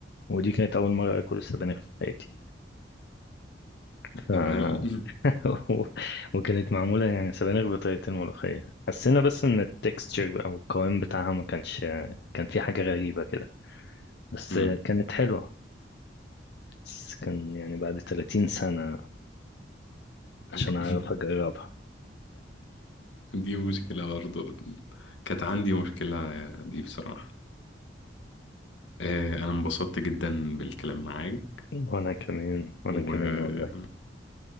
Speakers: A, on the left; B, on the left.
A: ودي كانت اول مرة اكل السبانخ في حياتي ف...
B: تمام
A: <laughs> و- وكانت معمولة يعني سبانخ بطريقة الملوخية حسينا بس ان التكستشر او القوام بتاعها ما كانش كان في حاجة غريبة كده بس
B: <laughs> مم.
A: كانت حلوة بس كان يعني بعد 30 سنة عشان
B: <laughs>
A: أعرف أجربها
B: دي مشكلة برضو كانت عندي مشكلة دي بصراحة آه، أنا انبسطت جدا بالكلام معاك
A: وأنا كمان وأنا
B: وأتمنى
A: كمان والله